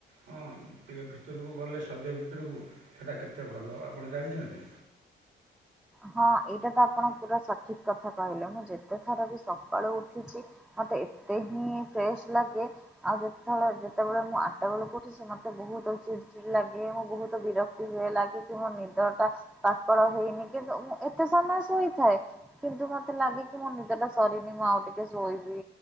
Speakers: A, on the right (about 80°); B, in the centre.
A: ହଁ ଟିକେ ଭିତରକୁ ଗଲେ ଶଜ ଭିତ ଭିତରକୁ ସେଇଟା କେତେ ଭଲ ଆପଣ ଜାଣିଛନ୍ତି।
B: ହଁ ଏଇଟା ତ ଆପଣ ପୁରା ସଠିକ କଥା କହିଲ ମୁଁ ଯେତେ ଥର ବି ସକାଳୁ ଉଠିଛି। ମତେ ଏତେ ହିଁ ଫ୍ରେଶ ଲାଗେ ଆଉ ଯେତେଳେ ଯେତେବେଳେ ମୁଁ ଆଟା ବେଳକୁ ଉଠି ମତେ ବହୁତ ଚିଡ ଚିଡ ଲାଗେ ମୁଁ ବହୁତ ବିରକ୍ତି ହୁଏ ଲାଗେ କି ମୋ ନିଦ ଟା ପାକଳ ହେଇନି କିନ୍ତୁ ମୁଁ ଏତେ ସମୟ ଶୋଇଥାଏ। କିନ୍ତୁ ମତେ ଲାଗେ କି ମୋ ନିଦ ଟା ସରିନି ମୁଁ ଆଉ ଟିକେ ଶୋଇବି।